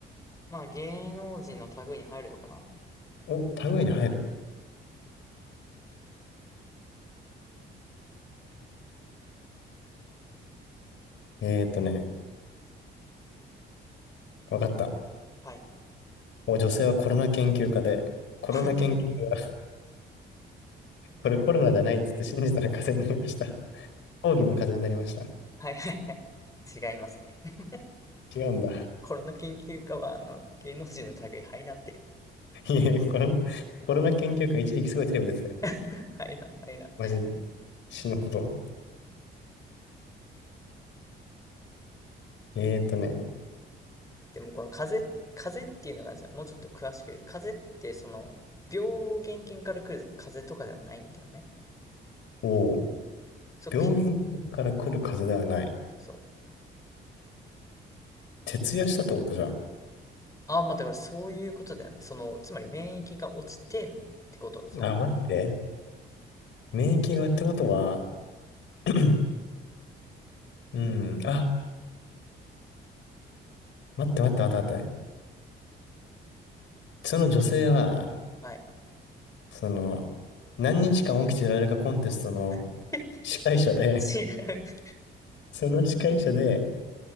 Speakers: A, on the left; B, on the left.
A: まあ、芸能人の類に入るのかな
B: お、類に入るえーとね、わかった。
A: はい。
B: お、女性はコロナ研究家で、コロナ研究家が、
A: <laughs>
B: これコロナじゃないっつって信じたら風邪になりました。抗議の風邪になりました。
A: はいはいはいはい。違いますね。<laughs>
B: 違うんだ。
A: コロナ研究家は、あの、芸能人の類入らんて。
B: いえ、コロナ、コロナ研究会一時期すごいテレビ出てたよ。
A: <laughs> 入らん、入らん。
B: マジで。死ぬほど。えーとね、
A: でも、この風邪、風邪っていうのが、じゃあ、もうちょっと詳しく言うと、風邪って、その、病原菌から来る風邪とかではないんだよね。
B: おお
A: そこひん
B: 病原菌から来る風邪ではない。
A: そう。
B: 徹夜したってことじゃん。
A: ああ、まあ、だからそういうことだよね。その、つまり免疫が落ちてんってこと。その、
B: あ、待って。免疫がってことは、<clears throat> うん、あ、待って待って待って待って。その女性は、
A: はい。
B: その、何日間起きてられるかコンテストの
A: <laughs>
B: 司会者で、
A: 違う。<laughs>
B: <laughs> その司会者で、